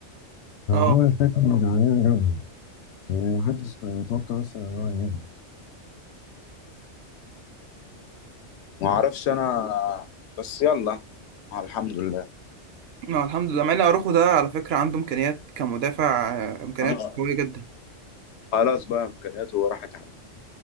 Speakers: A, on the right; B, on the left.
A: اه
B: عمل تاكلينج عليها جابها يعني محدش كان يتوقع اصلا ان هو يجيبها ما اعرفش انا بس يلا آه، الحمد لله
A: ما الحمد لله مع ان اروخو ده على فكره عنده امكانيات كمدافع آه، امكانيات
B: اه
A: قويه جدا
B: خلاص بقى امكانياته راحت عليه